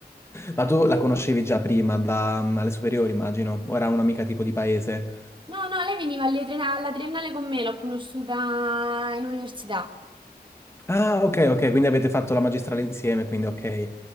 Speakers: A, on the left; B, on the right.
A: Ma tu la conoscevi già prima, da, mm, alle superiori, immagino, o era un'amica tipo di paese?
B: No, no, lei veniva alle triena- alla triennale con me, l'ho conosciuta in università.
A: Ah, ok, ok, quindi avete fatto la magistrale insieme, quindi ok,